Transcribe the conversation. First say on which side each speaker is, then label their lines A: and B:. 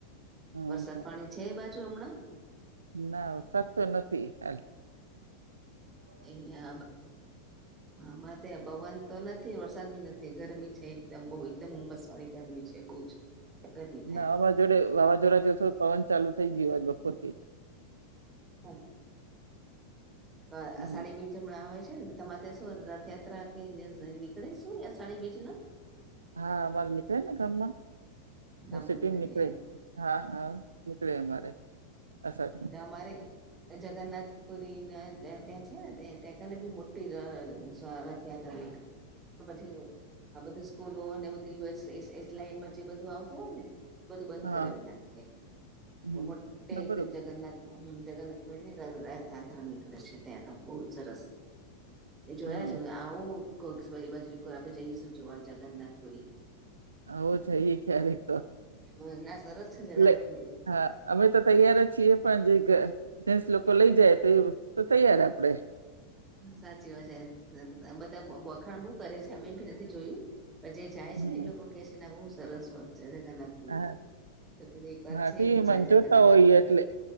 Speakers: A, on the right; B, on the right.
A: હમ
B: વરસાદ પાણી છે એ બાજુ હમણાં
A: ના વરસાદ તો નથી આજ
B: અહીયા હામના તો પવન તો નથી વરસાદ બી નથી ગરમી છે એકદમ બહુ એકદમ ઉમસ વાળી ગરમી છે બહુ જ ગરમી થાય
A: ના વાવાઝોડે વાવાઝોડા જે પવન ચાલુ થઈ ગયો બપોરથી
B: હ તો
A: હમ.
B: સાડી બી. જમણા આવે છે ને તમારે તેસું રથયાત્રા કે નીકળીશું સાડી બીજ ના.
A: હા અમારે નીકળેને ગામમાં
B: ગામમાં
A: સિટીગ નીકળે
B: એમ
A: હા હા. નીકળે અમારે અસર
B: અમારે જગન્નાથ પુરી ત્યાં છે ને તંને બી મોટી રથયાત્રા નીકળ પછી આ બધુ સ્કૂલો અને બઘી એસ એસ લાઈનમાં જે બધું આવતું હોય ને. બધું બંધ
A: હા
B: કરાવી નાખે
A: હમ
B: મોટે
A: ના
B: એકદમ
A: બરોબર
B: જગન્નાથ હમ જગન્નાથપ ની રથયાત્રા નીકળે છે ત્યાં તો બહુ જ સરસ. એ જોવાછે
A: હા
B: આવું કોઈક બાજુરીરા <unintelligible> શું જોવા જગન્નાથપુરી.
A: અવે જઈએ ક્યારેક
B: હ ના સરસ છે જગન્નાથપુરી
A: લે હ અમે તો તૈયાર જ છીએ પણ જેસ લોકો લઈ જાય તો એ તો તૈયાર આપડે
B: હા સાચી વાત છે બધા વખાણ બો કરે છે અમે બી નથી જોયું જે જાય
A: હમ
B: છે ને એ લોકો કે છે એના બહુ સરસ હોય જગન્નાથપુરી.
A: હા
B: તો કીધું એક વાર
A: હા
B: છે
A: ટીમ
B: ઈચ્છા જગન્નાથપુરી
A: જોતા હોઈ
B: જો
A: એટલે